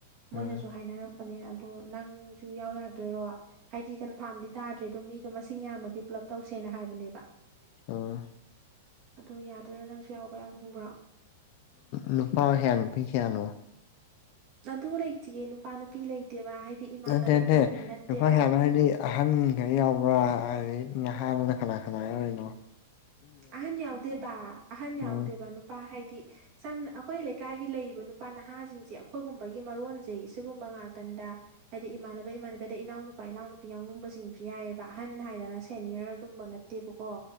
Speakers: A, on the right; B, on the left.
A: ꯃꯣꯏꯅꯁꯨꯨ
B: ꯎꯝ
A: ꯍꯥꯏꯅꯔꯛ ꯂꯄꯅꯦ ꯑꯗꯣ ꯅꯪꯁꯨ ꯌꯥꯎ ꯌꯥꯗꯣꯏꯔꯣ ꯍꯥꯏꯗꯤ ꯀꯟꯐꯥꯔꯝꯗꯤ ꯇꯥꯗ꯭ꯔꯦ ꯑꯗꯣ ꯃꯤꯗꯣ ꯃꯁꯤꯡ ꯌꯥꯝꯃꯗꯤ ꯄꯨꯂꯞ ꯇꯧꯁꯦꯅ ꯍꯥꯏꯕꯅꯦꯕ
B: ꯎꯝ
A: ꯑꯗꯣ ꯌꯥꯗꯣꯏꯔꯥ ꯅꯪꯁꯨ ꯌꯥꯎꯕ ꯌꯥꯎꯅꯤꯡꯕ꯭ꯔꯣ
B: ꯅꯨꯄꯥ ꯍꯌꯥ ꯅꯨꯄꯤ ꯀꯌꯥꯅꯣ
A: ꯑꯗꯨ ꯂꯩꯇ ꯌꯦ ꯅꯨꯄꯥꯅ ꯅꯨ ꯄꯤꯂ ꯂꯩꯇꯦꯕ ꯍꯥꯏꯗꯤ ꯏꯃꯥꯟꯅꯕ
B: ꯅꯠꯇꯦ ꯅꯠꯇꯦ
A: ꯏꯃꯥꯟꯅꯕꯤ ꯅꯠꯇꯦꯕ
B: ꯅꯨꯄꯥ ꯍꯌꯥꯅ ꯍꯥꯏꯗꯤ ꯑꯍꯟꯈꯩ ꯌꯥꯎꯕ꯭ꯔꯥ ꯑꯩ ꯅꯍꯥꯟꯅ ꯈꯅꯥ ꯈꯅꯥ ꯑꯣꯏꯅꯣ
A: ꯑꯍꯟ ꯌꯥꯎꯗꯦꯕ ꯑꯍꯟ ꯌꯥꯎꯗꯦꯕ
B: ꯎꯝ
A: ꯅꯨꯄꯥ ꯍꯥꯏ ꯁꯝ ꯑꯩꯈꯣꯏ ꯂꯩꯀꯥꯏꯒꯤ ꯂꯩꯔꯤꯕ ꯅꯨꯄꯥ ꯅꯍꯥꯁꯤꯡꯁꯦ ꯑꯩꯈꯣꯏꯒꯨꯝꯕꯒꯤ ꯃꯔꯣꯟꯁꯩ ꯁꯤꯒꯨꯝꯕ ꯉꯥꯛꯇꯅꯦ ꯍꯥꯏꯗꯤ ꯏꯃꯥꯟꯅꯕ ꯏꯃꯥꯟꯅꯕꯗ ꯏꯅꯥꯎꯅ ꯅꯨꯄꯥ ꯏꯅꯥꯎꯅ ꯅꯨꯄꯤ ꯌꯥꯎꯅꯤꯡꯕꯁꯤꯡꯁꯨ ꯌꯥꯏꯑꯕ ꯑꯍꯟ ꯍꯥꯏꯗꯅ ꯁꯦꯅꯤꯌꯔ ꯑꯗꯨꯝꯕ ꯅꯠꯇꯦꯕꯀꯣ